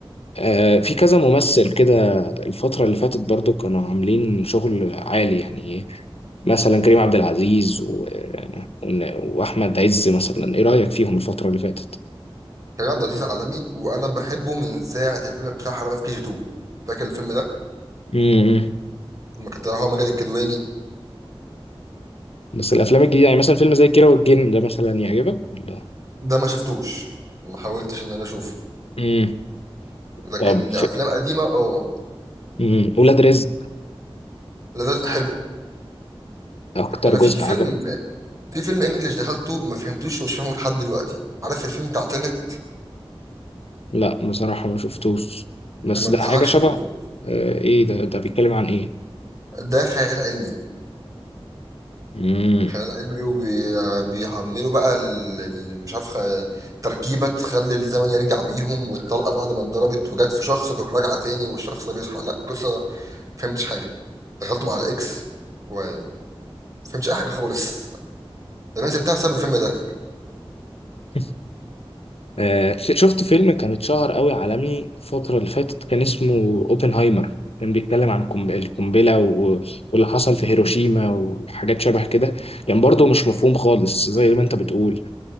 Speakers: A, on the left; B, on the right.
A: آه، في كذا ممثل كده الفترة اللي فاتت برضو كانوا عاملين شغل عالي يعني إيه؟ مثلا كريم عبد العزيز و... ون- وأحمد عز مثلا إيه رأيك فيهم الفترة اللي فاتت؟
B: كريم عبد العزيز عالمي وانا بحبه من ساعه الفيلم بتاع حرامية في كي جي 2 فاكر الفيلم ده
A: امم
B: لما كان طالع هو مجدي الكدواني
A: بس الأفلام الجديدة يعني مثلا فيلم زي كيرة والجن ده مثلا يعجبك ولا؟
B: ده ما شفتوش ما حاولتش ان انا اشوفه
A: امم
B: لكن
A: طب في...
B: افلام قديمه اه
A: مم. ولاد رزق
B: لذيذ حلو
A: أكتر
B: انا
A: جزء
B: في فيلم
A: عجبك؟
B: في فيلم انجليش دخلته ما فهمتوش ومش فاهمه لحد دلوقتي عارف الفيلم بتاع تنت
A: لا بصراحة ما شفتوش بس
B: ما <laughs> انصحكش
A: ده حاجة شبه
B: تشوفه
A: آه، إيه ده ده بيتكلم عن إيه؟
B: ده خيال علمي
A: امم
B: خيال علمي وبيحملوا بقى ال- يعني مش عارف خ- تركيبة تخلي الزمن يرجع بيهم والطلقة بعد ما اتضربت وجت في شخص تروح راجعة تاني والشخص ده بيصحى لا قصة ما فهمتش حاجة دخلت مع الإكس وما فهمتش أي حاجة خالص طب أنا سبتها بسبب الفيلم ده
A: <laughs> آه، شفت فيلم كان اتشهر قوي عالمي الفترة اللي فاتت كان اسمه اوبنهايمر كان بيتكلم عن قنب- القنبلة و- واللي حصل في هيروشيما وحاجات شبه كده كان برضو مش مفهوم خالص زي ما انت بتقول